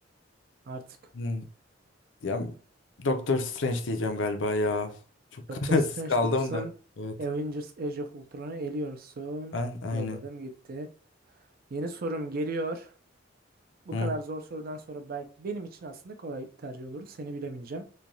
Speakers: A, on the right; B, on the left.
A: Artık
B: Hmm, ya Doctor Strange diyeceğim galiba ya. Çok
A: Doctor
B: <laughs> kararsız
A: Strange
B: kaldım
A: diyorsun.
B: da. Evet.
A: Avengers Age of Ultron'u eliyorsun.
B: A- aynen.
A: Yolladım gitti. Yeni sorum geliyor. Bu
B: Hı
A: kadar zor sorudan sonra belki benim için aslında kolay tercih olur. Seni bilemeyeceğim.